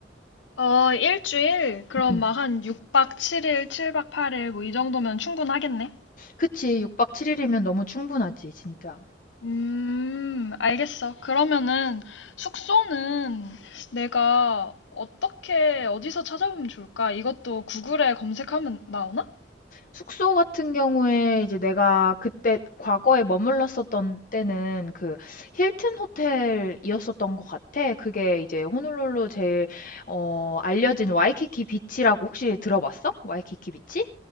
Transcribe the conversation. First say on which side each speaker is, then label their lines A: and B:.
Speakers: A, on the left; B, on the left.
A: 어, 일주일? 그럼
B: 음.
A: 막 한 6박 7일, 7박 8일 뭐 이 정도면 충분하겠네?
B: 그치. 6박 7 일이면 너무 충분하지, 진짜.
A: 음, 알겠어. 그러면은 숙소는 내가 어떻게 어디서 찾아보면 좋을까? 이것도 구글에 검색하면 나오나?
B: 숙소 같은 경우에 이제 내가 그때 과거에 머물렀었던 때는 그 힐튼 호텔이었었던 것 같아. 그게 이제 호놀룰루 제일 어, 알려진 와이키키 비치라고 혹시 들어봤어? 와이키키 비치?